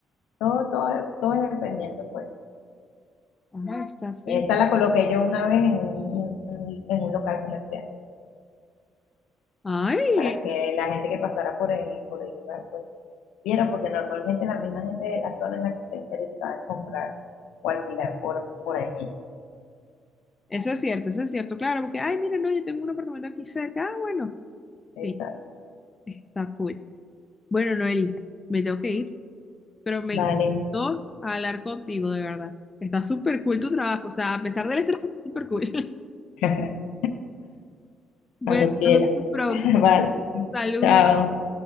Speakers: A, on the left; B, on the left.
A: Todo, todo, todo es dependiendo, pues.
B: Ah, está así.
A: Esa la coloqué yo una vez en un, en un local comercial,
B: ¡Ay!
A: para que la gente que pasara por el, por el lugar, pues, viera, porque normalmente la misma gente de la zona en la que está interesada en comprar o alquilar por, por ahí mismo.
B: Eso es cierto, eso es cierto, claro, porque, ay, mira, no, yo tengo un apartamento aquí cerca. Ah, bueno, sí,
A: Exacto.
B: está cool. Bueno, Noeli, me tengo que ir. pero me
A: Vale,
B: encantó hablar contigo, de verdad. Está súper cool tu trabajo, o sea, a pesar del estrés, está súper cool. <laughs>
A: <laughs>
B: Bueno,
A: cuando quieras.
B: nos vemos pronto.
A: <laughs> Vale,
B: Saludos.
A: chao.